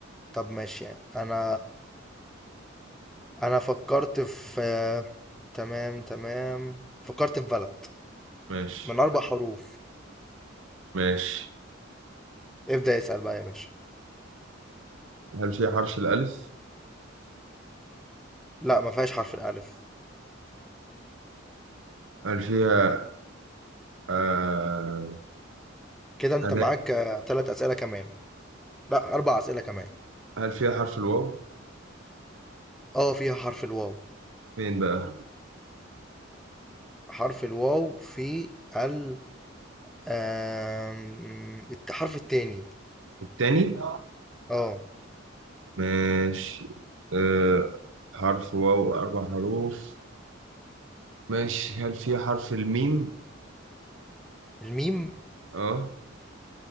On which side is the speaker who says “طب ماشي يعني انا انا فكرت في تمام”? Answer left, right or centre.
Centre